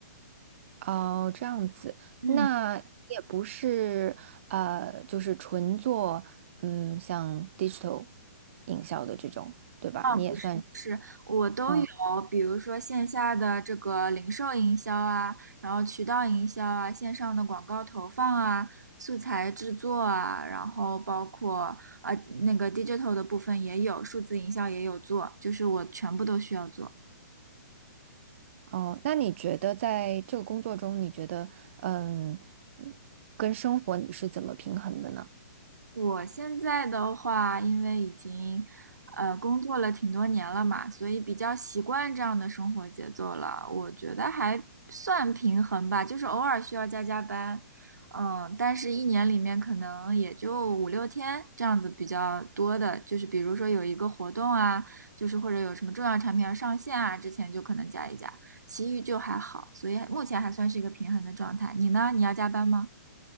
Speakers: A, on the right; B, on the right.
A: 哦，这样子，
B: 嗯。
A: 那也不是呃，就是纯做嗯，像 digital 营销的这种，对吧？
B: 啊，
A: 你也算是
B: 不是，我都有，
A: 嗯，
B: 比如说线下的这个零售营销啊，然后渠道营销啊，线上的广告投放啊，素材制作啊，然后包括呃那个 digital 的部分也有，数字营销也有做，就是我全部都需要做。
A: 哦，那你觉得在这个工作中，你觉得嗯，跟生活你是怎么平衡的呢？
B: 我现在的话，因为已经呃工作了挺多年了嘛，所以比较习惯这样的生活节奏了。我觉得还算平衡吧，就是偶尔需要加加班，嗯，但是一年里面可能也就五六天这样子比较多的，就是比如说有一个活动啊，就是或者有什么重要产品要上线啊，之前就可能加一加，其余就还好，所以目前还算是一个平衡的状态。你呢？你要加班吗？